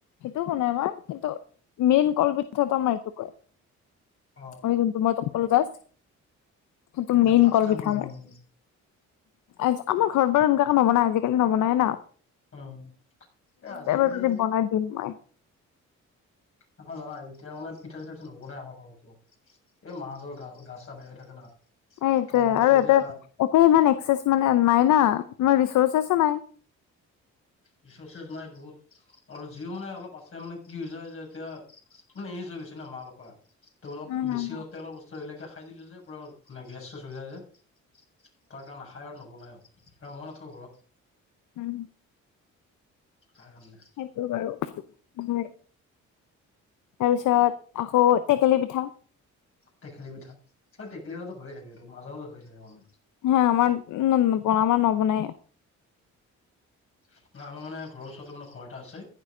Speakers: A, on the left; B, on the left.
A: সেইটোও বনাই আমাৰ, কিন্তু মেইন কলপিঠাটো আমাৰ এইটো কয়।
B: অ
A: ম‌ই যোনটো ম‌ই তোক কলো জাষ্ট, সেইটো
B: এইটো
A: মেইন
B: ফাৰ্ষ্ট
A: কলপিঠা
B: টাইম শুনিলো
A: আমাৰ।
B: মই
A: আজ, আমাৰ ঘৰত বাৰু এনেকুৱাকো নবনাই, আজিকালি নবনাই না।
B: অ', এই আজিকালি
A: এইবাৰ <inaudible>
B: আমাৰ জানা? এতিয়া মানে পিঠা চিঠা বেচি নবনাই আমাৰ ঘৰতো, এই মাহঁতৰ গা, গা চা বেয়া হৈ থাকে না।
A: এইটোয়েই
B: লগতে
A: আৰু ইয়াতে,
B: এতিয়া
A: ইয়াতে ইমান এক্সেচ মানে নাই না, ইমান ৰিৰ্চছেচো নাই।
B: ৰিচৰ্চেছ নাই বহুত। আৰু যিও মানে অলপ আছে মানে কি হৈ যায় যে এতিয়া, মানে এইজ হৈ গৈছে না মা পাপাৰ। তো অলপ
A: উম, হম,
B: বেছি অলপ তেলৰ বস্তু এইবিলাকে খাই দিলে যে, পুৰা গেছ চেছ হৈ যায় যে। তাৰকাৰণে নাখায়েও আৰু নৱনায়ো আৰু মই নাথাকো ঘৰত।
A: উম।
B: তাৰকাৰণে
A: হয় বাৰু, হয়। তাৰপিছত আকৌ টেকেলি পিঠা।
B: টেকেলি পিঠা। এই টেকেলি পিঠাটো হৈয়ে থাকে এইটো মাজে মাজে হৈ থাকে মানে।
A: হা আমাৰ <unintelligible> নবনাই।
B: ন আমাৰ মানে ঘৰ ওচৰতে মানে ঘৰ এটা আছে।